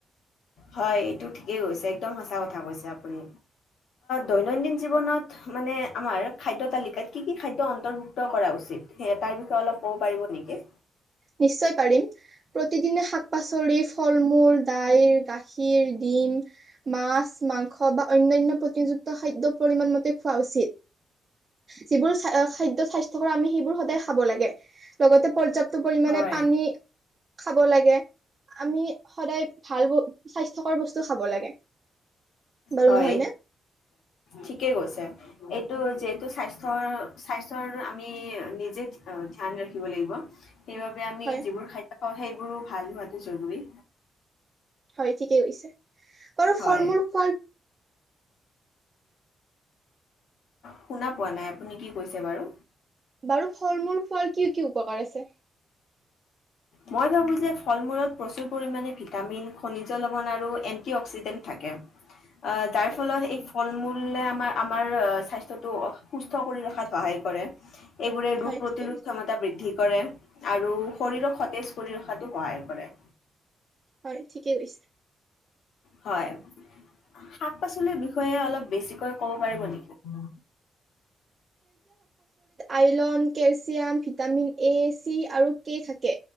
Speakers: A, on the left (about 80°); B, on the right (about 40°).
A: হয় এইটো ঠিকেই কৈছে একদম সচা কথা কৈছে আপুনি দৈনন্দিন জীৱনত মানে আমাৰ খাদ্য তালিকাত কি কি খাদ্য অন্তৰ্ভুক্ত কৰা উচিত স তাৰ বিষয়ে অলপ ক'ব পাৰিব নেকি
B: নিশ্চয় পাৰিম প্ৰতিদিনে শাক পাচলি ফল মূল দাইল গাখীৰ ডিম মাছ মাংস বা অন্যান্য প্ৰযুক্ত খাদ্য পৰিমাণ মতে খোৱা উচিত যিবোৰ খাদ্য স্বাস্থ্যকৰ আমি সেইবোৰ সদায় খাব লাগে লগতে পৰ্যাপ্ত মানে
A: হয়।
B: পানী খাব লাগে আমি সদায় ভাল ব স্বাস্থ্যকৰ বস্তু খাব লাগে বাৰু
A: হয়
B: নহয়
A: এই
B: নে?
A: ঠিকে কৈছে এইটো যে স্বাস্থ্যৰ স্বাস্থ্যৰ আমি নিজে ধ্যান ৰাখিব লাগিব সেইবাবে আমি
B: হয়,
A: যিবোৰ খাদ্য পাওঁ সেই বোৰো ভাল হোৱাটো জৰুৰী
B: হয় ঠিকেই কৈছে বাৰু ফল
A: হয়।
B: মূল খোৱাৰ
A: শুনা পোৱা নাই আপুনি কি কৈছে বাৰু
B: বাৰু ফল মূল খোৱাৰ কি কি উপকাৰ আছে
A: মই ভাবোঁ যে ফল মূলত প্ৰচুৰ পৰিমাণে ভিটামিন খনিজ লৱণ আৰু এন্টি অক্সিডেণ্ট থাকে অ যাৰ
B: হয়,
A: ফলত এক ফল মূলে আমাৰ আমাৰ স্বাস্থ্যতটো সুস্থ কৰি ৰখাত সহায় কৰে এইবোৰে ৰোগ
B: হয়
A: প্ৰতিৰোধ
B: ঠিকে কৈছে।
A: ক্ষমতা বৃদ্ধি কৰে আৰু শৰীৰক সতেজ কৰি ৰখাতো সহায় কৰে
B: হয় ঠিকেই কৈছে
A: হয় শাক পাচলিৰ বিষয়ে অলপ বেছিকৈ কব পাৰিব নেকি
B: আইলন কেচ কেল চিয়াম ভিটামিন এছ চি আৰু কে থাকে